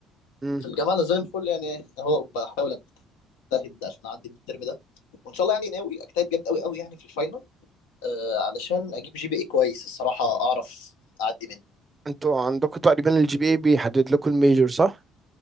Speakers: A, on the right (about 30°); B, on the left (about 80°).
A: مم.
B: في الجامعة أنا زي الفل يعني أهو بحاول أجتهد عشان أعدي من الترم ده وإن شاء الله يعني ناوي أجتهد جامد أوي أوي يعني في الفاينل آه علشان أجيب جي بي إيه كويس الصراحة أعرف أعدي منه
A: انتوا عندكم تقريبا الجي بي اي بيحدد لكم الميجور صح